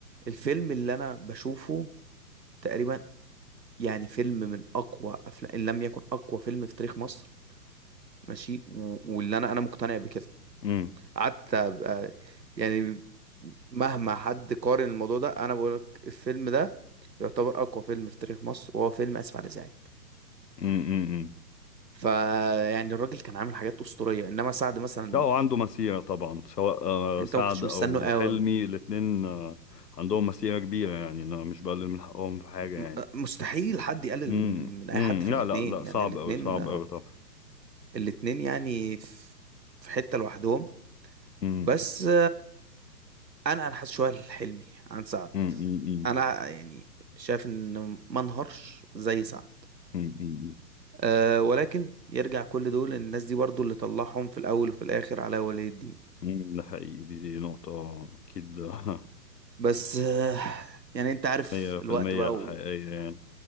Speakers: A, on the right (about 80°); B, on the left (about 75°).
A: الفيلم اللي انا بشوفه تقريبا يعني فيلم من اقوى افلام ان لم يكن اقوى فيلم في تاريخ مصر ماشي و- واللي انا انا مقتنع بكده
B: امم
A: قعدت أبقى- يعني مهما حد قارن الموضوع ده انا بقول لك الفيلم ده يعتبر اقوى فيلم في تاريخ مصر وهو فيلم اسف على الازعاج
B: امم امم
A: فيعني الراجل كان عامل حاجات اسطوريه انما سعد مثلا
B: لا وعنده مسيرة طبعا سواء آه،
A: انت
B: سعد
A: ما كنتش مستنه
B: او حلمي
A: قوي أوي.
B: الاتنين آه، عندهم مسيرة كبيرة يعني انا مش بقلل من حقهم في حاجة
A: م-
B: يعني
A: مستحيل حد يقلل
B: امم
A: من من اي
B: امم
A: حد في
B: لا
A: الاتنين
B: لا لا
A: يعني
B: صعب
A: الاتنين
B: قوي صعب قوي طبعا
A: الاتنين يعني في في حتة لوحدهم
B: امم
A: بس انا انحاز شوية لحلمي عن سعد
B: امم
A: انا يعني شايف ان ما انهارش زي سعد
B: امم
A: أه ولكن يرجع كل دول إن الناس دي برضو اللي طلعهم في الاول وفي الاخر على ولي الدين
B: مم، ده حقيقي دي, دي نقطة أكيد <laughs>
A: بس أه يعني انت عارف
B: مية في
A: الوقت
B: المية
A: بقى
B: حقيقية
A: و...
B: يعني